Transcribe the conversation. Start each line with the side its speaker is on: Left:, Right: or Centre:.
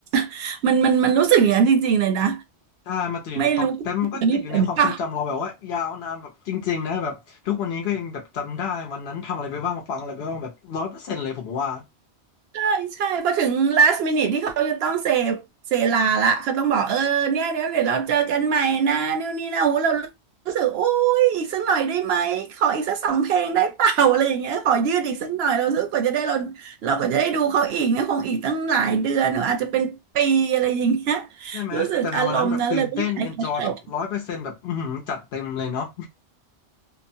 Right: <laughs> มันมันมันรู้สึกอย่างนั้นจริงๆเลยนะ
Left: ถ้ามันติดอยู่ในความแต่มันก็ติดอยู่ในความทรงจำเราแบบว่ายาวนานแบบจริงๆนะแบบทุกวันนี้ก็ยังแบบจำได้วันนั้นทำอะไรไปบ้างฟังอะไรไปบ้างแบบร้อยเปอร์เซ็นต์เลยผมว่า
Right: ไม่รู้คุณนี่เป็นปะ ใช่ใช่พอถึง last minute ที่เขาจะต้องเซเซลาละเขาต้องบอกเออเนี่ยเดี๋ยวเดี๋ยวเราเจอกันใหม่นะนู่นนี่นะโอ้โหเรารู้สึกโอ้ยอีกสักหน่อยได้ไหมขออีกสักสองเพลงได้เปล่าอะไรอย่างเงี้ยขอยืดอีกสักหน่อยเราซื้อกว่าจะได้เราเราก็จะได้ดูเขาอีกเนี่ยคงอีกตั้งหลายเดือนอาจจะเป็นปีอะไรอย่างเงี้ย
Left: ใช่ไหมแต่ในวันนั้นแบบตื่นเต้นเอนจอยแบบร้อยเปอร์เซ็นต์แบบอือหือจัดเต็มเลยเนาะ
Right: รู้สึกอารมณ์นั้นเลยไม่อยากให้เขาจบ